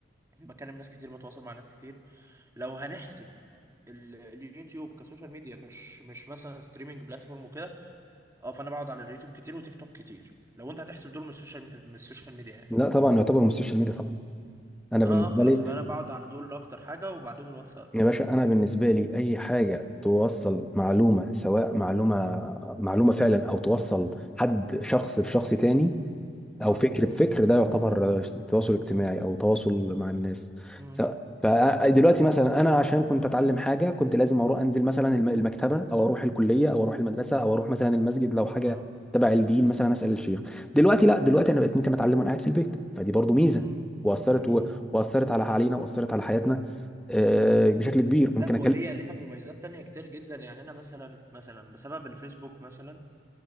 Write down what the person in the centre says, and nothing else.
لا طبعا يعتبر من السوشيال ميديا طبعا انا
بالنسبه
لي
يا باشا انا بالنسبه لي اي حاجه توصل معلومه سواء معلومه معلومه فعلا او توصل حد شخص بشخص تاني
او فكر بفكر ده يعتبر تواصل اجتماعي او تواصل مع الناس
س- فدلوقتي مثلا انا عشان كنت اتعلم حاجه كنت لازم اروح انزل مثلا الم- المكتبه او اروح الكليه او اروح المدرسه او اروح مثلا المسجد لو حاجه
تبع الدين مثلا اسال الشيخ دلوقتي لا دلوقتي انا بقيت ممكن اتعلم وانا قاعد في البيت فدي برضو ميزه
واثرت
و... واثرت على علينا واثرت على حياتنا آه، بشكل كبير
ممكن
اكلم